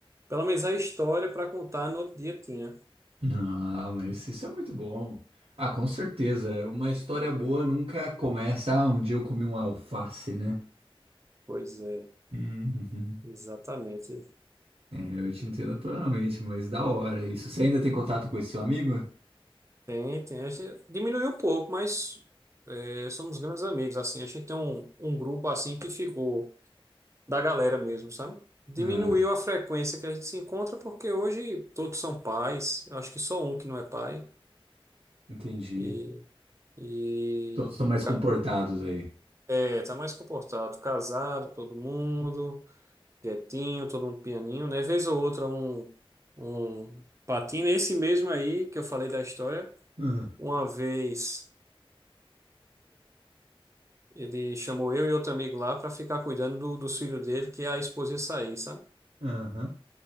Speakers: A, on the right; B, on the right.
A: Pelo menos a história para contar no outro dia tinha.
B: Ah, mas isso é muito bom. Ah, com certeza. Uma história boa nunca começa. Ah, um dia eu comi um alface, né?
A: Pois é,
B: Uhum.
A: exatamente.
B: É, eu te entendo plenamente, mas da hora isso. Você ainda tem contato com esse seu amigo?
A: Tem, tem. A gente diminuiu um pouco, mas é, somos grandes amigos, assim. A gente tem um, um grupo, assim, que ficou da galera mesmo, sabe? Diminuiu
B: Ah,
A: a frequência que a gente se encontra, porque hoje todos são pais. Eu acho que só um que não é pai.
B: entendi.
A: E, e
B: Todos estão mais
A: ca-
B: comportados aí.
A: é, tá mais comportado. Casado, todo mundo, quietinho, todo mundo pianinho, né? Vez ou outra, um, um patina. Esse mesmo aí que eu falei da história,
B: Ah,
A: uma vez. Ele chamou eu e outro amigo lá para ficar cuidando do, dos filhos dele, que a esposa ia sair, sabe?
B: Aham.